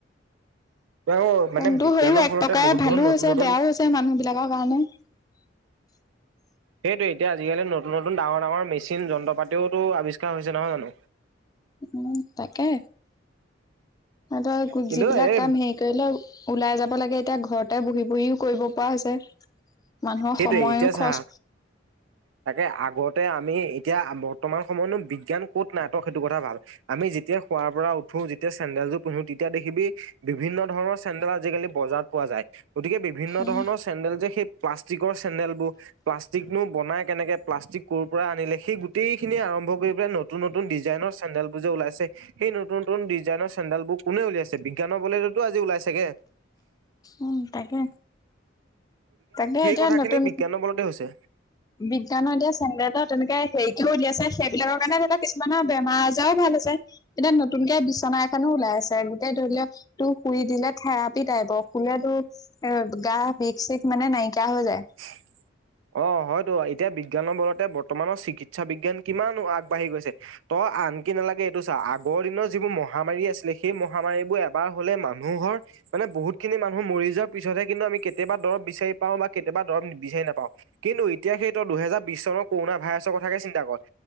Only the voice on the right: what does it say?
আকৌ মানে
বিজ্ঞানৰ
ফলতে
বহুত
বহুত
নতুন নতুন
সেইটোৱে এতিয়া আজিকালি নতুন নতুন ডাঙৰ ডাঙৰ মেচিন যন্ত্ৰ পাতিওতো আৱিষ্কাৰ হৈছে, নহয় জানো।
কিন্তু
এই
সেইটোৱে
এতিয়া চাহ,
তাকে আগত তে আমি এতিয়া বৰ্তমান সময়তনো বিজ্ঞান ক'ত নাই তই সেইটো কথা ভাব, আমি যেতিয়া খোৱাৰ পৰা উঠ ঠো যেতিয়া চেন্দেলজোৰ পিন্ধো তেতিয়া দেখিবি বিভিন্ন ধৰণৰ চেন্দেল আজিকালি বজাৰত পোৱা যায়, গতিকে বিভিন্ন
ধৰণৰ চেন্দেল যে সেই প্লাষ্ট <unintelligible> চেন্দেলবোৰ, প্লাষ্টিকনো বনাই কেনেকে প্লাষ্টিক কৰ পৰা আনিলে, সেই গোটেইখিনি আৰম্ভ কৰি <unintelligible> নতুন নতুন ডিজাইনৰ চেন্দেলবোৰ যে ওলাইছে, সেই নতুন নতুন ডিজাইনৰ চেন্দেলবোৰ কোনে উলিয়াইছে বিজ্ঞান <unintelligible> বলেতোটো আজি উলাইছেগে।
কথা
খিনি বিজ্ঞানৰ বলতে হৈছে।
<inaudible> অ হয়তো এতিয়া বিজ্ঞানৰ বলতে বৰ্তমানৰ চিকিৎসা বিজ্ঞান কিমান আগবাঢ়ি গৈছে ত। আনকি নালাগে এইটো চাওঁ আগৰ দিনৰ যিবোৰ মহামাৰী আছিলে সেই মহামাৰীবোৰ এবাৰ হ'লে মানুহৰ। মানে বহুত খিনি মানুহ মৰি যোৱাৰ পিছতহে কিন্তু আমি কেতিয়াবা দৰৱ বিচাৰি পাওঁ বা কেতিয়াবা দৰব বিচাৰি নাপাও কিন্তু এতিয়া সেই ত দুহেজাৰ বিশ চনৰ কৰোণনা ভাইৰাছৰ কথাকে চিন্তা কৰ।